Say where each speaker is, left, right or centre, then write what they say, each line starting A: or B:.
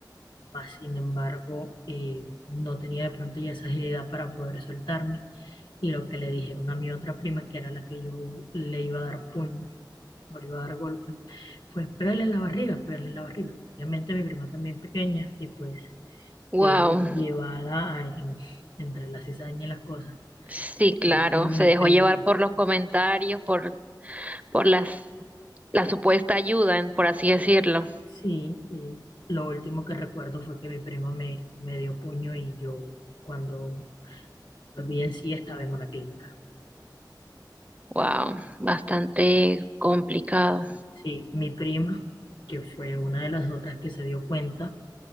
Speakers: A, on the left; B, on the right.
A: Mas, sin embargo, eh, no tenía de pronto ya esa agilidad para poder soltarme. Y lo que le dijeron a mi otra prima, que era la que yo le iba a dar puño, o le iba a dar golpe, fue pégale en la barriga, pégale en la barriga. Obviamente mi prima también pequeña y pues
B: Wow.
A: eh, llevada a- en- entre la cizaña y las cosas.
B: Sí, claro.
A: Y mi
B: Se dejó
A: prima,
B: llevar por los comentarios, por, por las, la supuesta ayuda, en- por así decirlo.
A: sí, eh, lo último que recuerdo fue que mi prima me, me dio puño y yo cuando volví en sí estaba en una clínica.
B: Wow. Bastante complicado.
A: Sí, mi prima, que fue una de las otras que se dio cuenta,